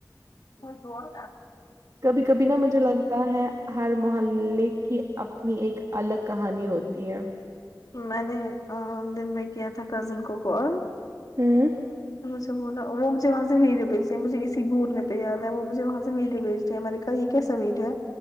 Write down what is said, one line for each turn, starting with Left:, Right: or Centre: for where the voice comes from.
Left: زور
Right: کبھی کبھی نا مجھے لگتا ہے ہر محلے کی اپنی ایک الگ کہانی ہوتی ہے
Left: میں نے آا دن میں کیا تھا کزن کو کال
Right: ھممم
Left: مجھ سے بولا وہ مجھے وہاں سے ویڈیو بھیجی ہے مجھے اسی گھورنے پہ میں وہ مجھے وہاں سے ویڈیو بھیجی ہیں میں نے کہا ہاں یہ کیسا ویڈیو ہے